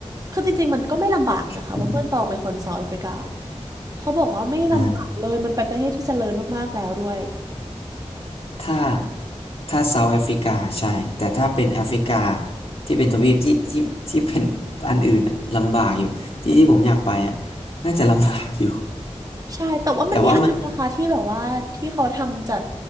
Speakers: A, on the right; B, on the left.
A: คือจริงๆมันก็ไม่ลำบากนะคะเพราะเพื่อนตองเป็นคนเซาท์แอฟริกา
B: <laughs>
A: เขาบอกว่าไม่ลำบากเลยมันเป็นประเทศที่เจริญมากๆแล้วด้วย
B: อ่าถ้าถ้าเซาท์แอฟริกาใช่ แต่ถ้าเป็นแอฟริกาที่เป็นทวีปที่ที่ที่เป็นอันอื่นอะลำบากอยู่ที่ที่ผมอยากไปอะน่าจะลำบากอยู่
A: ใช่แต่ว่ามันมีอันนึงนะคะที่แบบว่าที่เขาทำจัด
B: แต่ว่ามัน